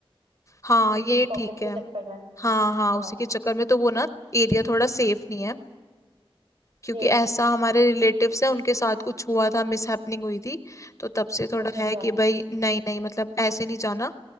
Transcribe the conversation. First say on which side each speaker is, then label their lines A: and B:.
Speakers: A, on the left; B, on the right.
A: हाँ
B: ये
A: ये
B: पिक पॉकेट
A: ठीक है
B: के चक्कर में
A: हाँ हाँ
B: हाँ
A: उसी के चक्कर में तो वो ना एरिया थोड़ा सेफ नहीं है क्योंकि
B: सेफ
A: ऐसा
B: नहीं है
A: हमारे रिलेटिव्स हैं उनके साथ कुछ हुआ था मिसहैपनिंग हुई थी तो तब से थोड़ा
B: अच्छा
A: है
B: अच्छा
A: कि भाई नहीं नहीं मतलब ऐसे नहीं जाना